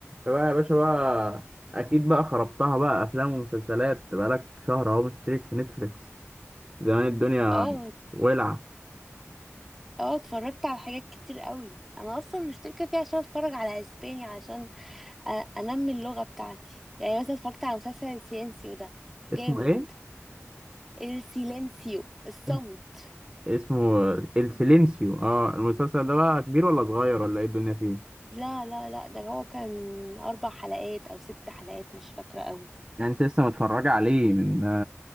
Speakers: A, on the right; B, in the centre.
A: بقى يا باشا بقى اكيد بقى خربتها بقى افلام ومسلسلات بقالك شهر اهو مشترك في نتفليكس زمان الدنيا
B: اه
A: ولعه
B: اه اتفرجت على حاجات كتير قوي انا اصلا مشتركه فيه عشان اتفرج على اسباني عشان أ- انمي اللغه بتاعتي يعني مثلا اتفرجت على مسلسل السيلينسيو ده جامد
A: اسمه ايه
B: السيلينسيو الصمت
A: <laughs> اسمه السيلينسيو اه المسلسل ده بقى كبير ولا صغير ولا ايه الدنيا فيه
B: لا لا لا ده هو كان اربع حلقات او ست حلقات مش فاكره قوي
A: يعني انت لسه متفرجه عليه من